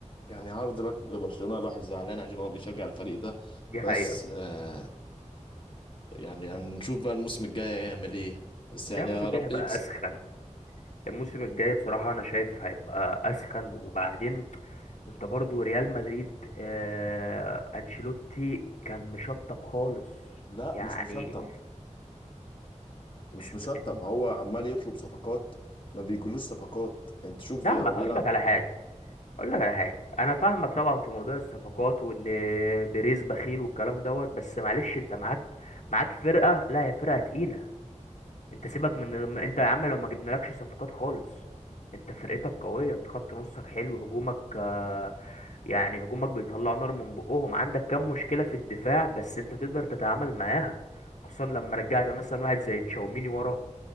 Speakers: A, on the left; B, on the left.
A: يعني هارد لك لبرشلونة الواحد زعلان عشان هو بيشجع الفريق ده
B: دي
A: بس
B: حقيقة
A: آه، يعني هنشوف بقى الموسم الجاي هيعمل ايه بس يعني
B: ده الموسم
A: يا
B: الجاي
A: رب
B: هيبقى
A: يكسب
B: اسخن الموسم الجاي بصراحة انا شايف هيبقى اسخن وبعدين انت برضو ريال مدريد آه انشيلوتي كان مشطب خالص
A: لا
B: يعني
A: مش مشطب
B: مش
A: مش مشطب
B: م... انت
A: هو عمال يطلب صفقات ما بيجولوش صفقات انت شوف
B: لا
A: هو
B: ما
A: بيلعب
B: هقول لك على حاجة اقول لك على حاجه انا فاهمك طبعا في موضوع الصفقات وان بيريز بخيل والكلام دوت بس معلش انت معاك معاك فرقه لا هي فرقه تقيله انت سيبك من ما- انت يا عم لو ما جبنالكش صفقات خالص انت فرقتك قويه انت خط نصك حلو هجومك آه، يعني هجومك بيطلع نار من بقهم عندك كام مشكله في الدفاع بس انت تقدر تتعامل معاها خصوصا لما رجعت مثلا واحد زي تشاوميني ورا